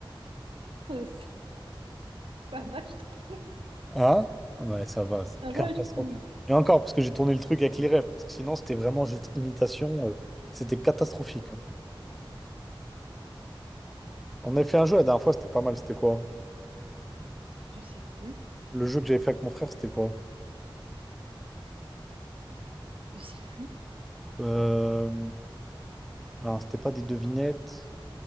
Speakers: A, on the right (about 80°); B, in the centre.
A: Euh, Ça ça va, je trouve.
B: Hein? Ouais, ça va, c'est
A: Ça
B: catastrophique.
A: va, je trouve.
B: Et encore, parce que j'ai tourné le truc avec les rêves, parce que sinon c'était vraiment juste imitation. euh, c'était catastrophique. hein. On avait fait un jeu la dernière fois, c'était pas mal. C'était quoi?
A: Je sais plus.
B: Le jeu que j'avais fait avec mon frère, c'était quoi?
A: Je sais plus.
B: Euh... Alors, c'était pas des devinettes.